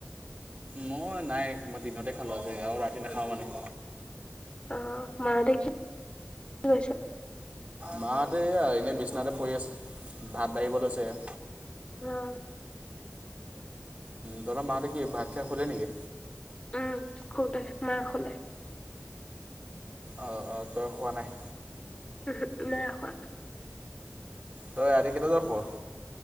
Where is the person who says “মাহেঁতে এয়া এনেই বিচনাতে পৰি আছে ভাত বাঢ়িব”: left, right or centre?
Right